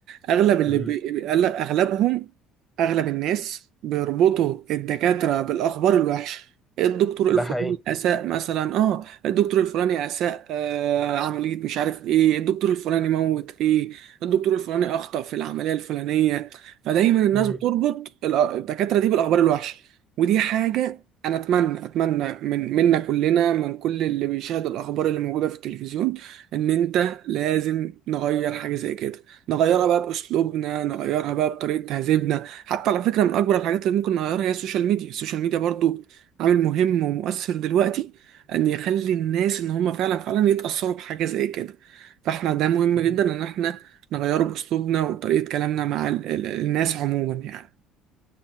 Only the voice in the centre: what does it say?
مهم.
ده حقيقي
مهم.
مهم.